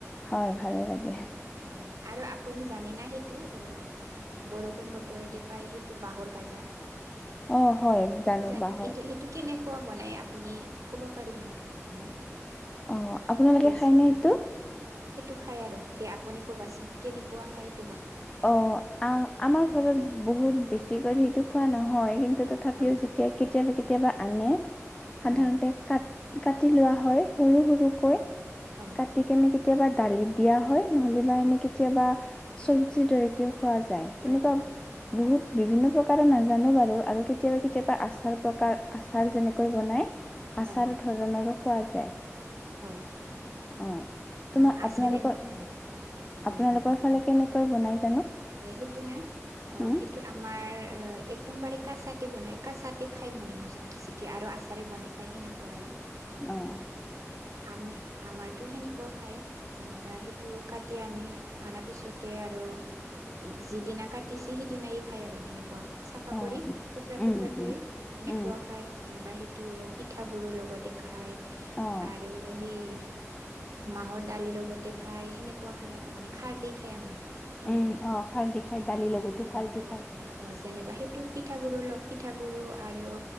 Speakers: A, on the left (about 15°); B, on the right (about 80°).
A: হয় ভালে লাগে
B: অ হয় আৰু আপুনি জানে না সেইটো অ বৰষুণ বতৰতে পাই সেইটো বাহৰ গাজা।
A: অ হয় জানো
B: সেইটো জানটো
A: বাঁহৰ
B: সটো কেনেক ক বনাই আপুনি ক'ব পাৰিব নেকি অকমান?
A: অ, আপোনালোকে
B: দেচ
A: খায়নে সেইটো।
B: সেইটো খাই আৰু দিয়া আপুনি কবাচোন কেনেকুৱা খায়?
A: অ, আ আমাৰ ঘৰত বহুত বেছিকৈ সেইটো খোৱা নহয় কিন্- তথাপিও
B: হয়
A: যেতিয়া কেতিয়াবা, কেতিয়াবা আনে।
B: হয়
A: সাধাৰণতে কাট কাটি লোৱা হয়। সৰু-সৰুকৈ
B: হয় হয় হয়
A: কাটিকনে কেতিয়াবা দালিত দিয়া হয়। নহ'লে বা এনেই কেতিয়াবা চব্জিৰ দৰেকেও খোৱা যায়।
B: হয় হয়
A: তেনেকুৱা
B: হয়
A: বহুত বিভিন্ন প্ৰকাৰৰ নাজানো বাৰু আৰু কেতিয়াবা কেতিয়াবা
B: হয়
A: আচাৰ প্ৰকাৰ আচাৰ যেনেকৈ বনায়
B: হয়
A: আচাৰ ধৰণৰো খোৱা যায়।
B: হয়।
A: অ তোমাৰ
B: আৰু আচাৰে
A: আপোনালোকৰ
B: হয় হয়
A: আপোনালোকৰ
B: হয়
A: ফালে কেনেকৈ বনাই?
B: হয়, সেইটো নে? অ
A: উম
B: সেইটো আমাৰ অ একদম বাৰে কাচাতে বনাই। কাচাতে খায় মানে বেছিকৈ আৰু আচাৰে বনাই খায় সেনেকুৱা আৰু।
A: অহ।
B: আম আমাৰতো সেনেকুৱা খায় যেনিবা সেইটো কাটি আনি অনাৰ পিছতে আৰু ত যিদিনা কাটিছে সিদিনাই খাই আৰু সেনেকুৱা। চাফা
A: অ
B: কৰি টুকুৰা-টুকুৰা
A: উম
B: কৰি
A: উম
B: সেনেকুৱা
A: উম
B: খাই যেনবা। সেই- টো পিঠাগুুৰৰ লগতে খায়
A: অ',
B: আৰু সেই- মাহৰ দালিৰ লগতে খাই সেনেকুৱা খায় আৰু মানে খাৰ দি খায় আমাৰ। সেনেকুৱা।
A: উম অ খাৰ দি খাই দালিৰ
B: অ,
A: লগতো খাৰ দি
B: অ,
A: খাই
B: অ, অ। যেনিবা সেইটো পিঠাগুৰু অলপ পিঠা গুৰু আৰু